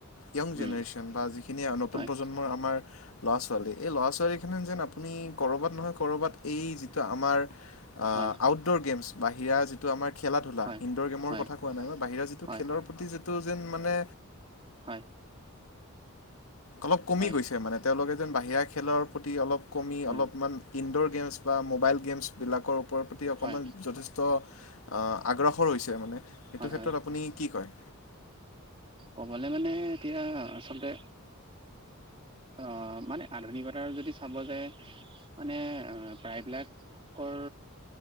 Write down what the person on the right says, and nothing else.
উম
হয়
হয়
হয়
হয়
হয়
হয়।
হয়
উম
হয়
হয় হয়
ক'বলে মানে এতিয়া আচলতে অ মানে আধুনিকতাৰ যদি চাব যে মানে অ প্ৰায়বিলাকৰ